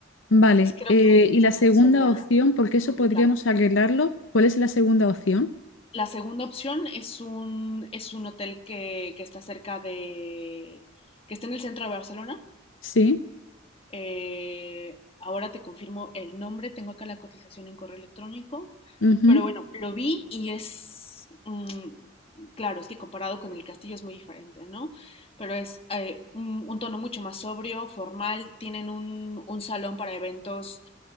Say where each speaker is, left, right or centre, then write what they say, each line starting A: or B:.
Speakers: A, on the left; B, on the left.
A: Vale,
B: Entonces creo
A: eh,
B: que,
A: y la
B: creo
A: segunda
B: que eso sería
A: opción, porque eso
B: complicado.
A: podríamos arreglarlo, ¿cuál es la segunda opción?
B: La segunda opción es un, es un hotel que, que está cerca de, que está en el centro de Barcelona
A: Sí,
B: Eh, ahora te confirmo el nombre, tengo acá la cotización en correo electrónico,
A: ujú,
B: pero bueno, lo vi y es, mm, claro, es que comparado con el castillo es muy diferente, ¿no? Pero es eh, un, un tono mucho más sobrio, formal, tienen un, un salón para eventos